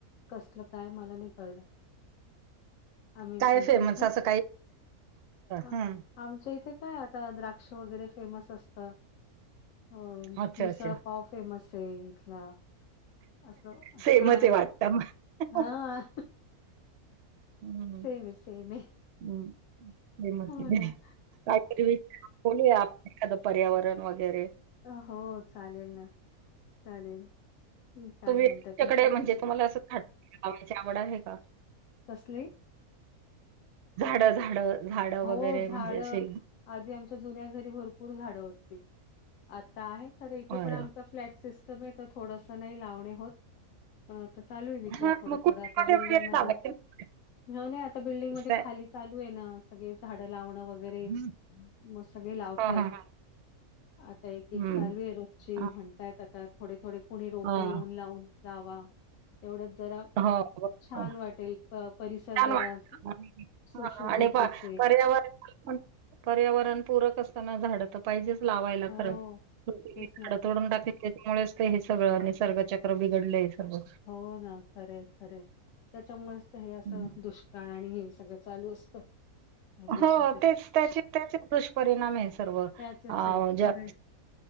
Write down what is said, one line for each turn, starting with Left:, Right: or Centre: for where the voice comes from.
Left: कसलं काय मला नाही कळलं आम्ही
Right: काय
Left: आमच्या
Right: फेमस
Left: इथे
Right: असं काही
Left: का
Right: हं,
Left: आमच्या इथे काय आता द्राक्ष वगैरे फेमस असत. अ
Right: अच्छा,
Left: मिसळ
Right: अच्छा.
Left: पाव फेमस आहे इथला. असं
Right: सेमच
Left: हा
Right: आहे वाटतं. हं,
Left: हा हाह
Right: हं,
Left: सेम ये सेम ये
Right: हं. सेमच
Left: हो
Right: आहे.
Left: ना
Right: काहीतरी विषय बोलूया आपण एखादं पर्यावरण वगैरे
Left: अ हो चालेल ना चालेल काय
Right: तुम्ही
Left: म्हणताय
Right: तच्याकडे
Left: तुमचं
Right: म्हणजे तुम्हाला असं झाड लावायची आवड आहे का?
Left: कसली
Right: झाड झाड झाड
Left: हो
Right: वगैरे
Left: झाडं
Right: म्हणजे असे
Left: आधी आमच्या जुन्या घरी भरपूर झाडं होती आता आहे तर इथे
Right: अरे
Left: पण आमचा
Right: वाह!
Left: फ्लॅट सिस्टम आहे तर थोडसं नाही लावणे होत. तर चालू आहे विचार
Right: हां,
Left: थोडं
Right: मग कुंडीमध्ये
Left: थोडं आता
Right: वगैरे
Left: बिल्डिंग मधले
Right: लावायचे ना
Left: हो नाही आता बिल्डिंगमध्येध्ये
Right: असं आहे.
Left: खाली चालू आहे ना सगळे झाडं लावणं वगैरे
Right: हं.
Left: मग सगळे लावता
Right: हां, हां,
Left: येत
Right: हां.
Left: आता एक एक
Right: हं.
Left: चालू आहे रोजची
Right: अ,
Left: म्हणतायत आता थोडे थोडे कुणी रोपं
Right: हां.
Left: येऊन लावून लावा तेवढंच जरा
Right: हो, बरोबर.
Left: छान वाटेल परिसर
Right: छान
Left: जरा
Right: वाटतं.
Left: सुशोभित
Right: हां आणि प
Left: दिस
Right: पर्यावरण पर्यावरण पूरक असताना झाड... पाहिजेच लावाय
Left: हो
Right: खरडोडून
Left: तेच ना.
Right: टाक त्याच्यामुळेच ते हे सगळं आणिसर्गचक्र बिघडलंय.... सर्व.
Left: हो ना खरे खरे त्याच्यामुळेच तर हे असं
Right: हं.
Left: दुष... का आणि हे सगळं चालू असतं..... काही ना
Right: हो
Left: काहीतरी.
Right: तेच त्याचे त्याचेच दुष्परिणाम आहे सर्व...
Left: त्याचच
Right: अ
Left: आहेत खरंय
Right: ज